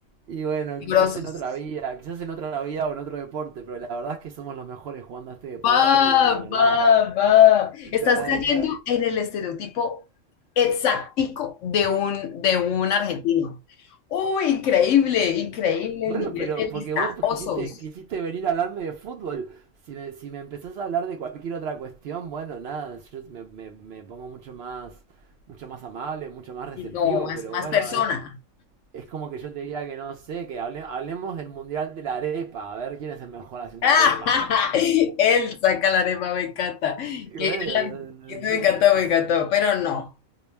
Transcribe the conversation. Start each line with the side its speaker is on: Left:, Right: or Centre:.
Right: y bueno,
Left: grosos.
Right: quizás en otra vida, quizás en otra vida o en otro deporte, pero la verdad es que somos los mejores jugando a este deporte
Left: Va,
Right: y bueno, nada.
Left: va, va. Estás
Right: Ta-
Left: cayendo
Right: ta.
Left: en el estereotipo exactico de un, de un argentino. ¡Uy, increíble, increíble
Right: Bueno,
Left: el nivel
Right: pero
Left: de
Right: porque
Left: vistajosos!
Right: vos pues, quisiste, quisiste venir a hablarme de fútbol. Si me, si me empezás a hablar de cualquier otra cuestión, bueno, nada, yo me, me- me pongo mucho más, mucho más amable, mucho más receptivo,
Left: Y como más,
Right: pero
Left: más
Right: bueno,
Left: persona.
Right: es, es como que yo te diga que no sé, que hable- hablemos del Mundial de la Arepa, a ver quién es el mejor haciendo
Left: <laughs>
Right: arepas.
Left: Él saca la arepa, me encanta.
Right: Y
Left: Qué
Right: bueno, eh,
Left: gran- Me encantó,
Right: eh,
Left: me
Right: eh,
Left: encantó,
Right: eh.
Left: pero no.